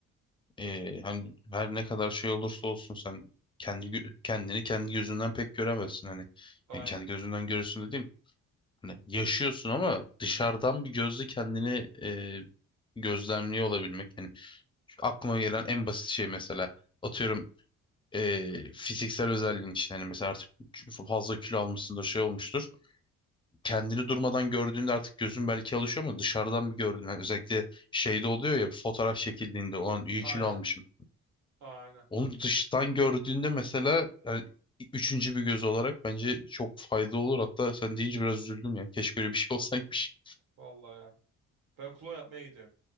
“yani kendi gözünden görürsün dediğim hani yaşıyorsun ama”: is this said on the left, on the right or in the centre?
Left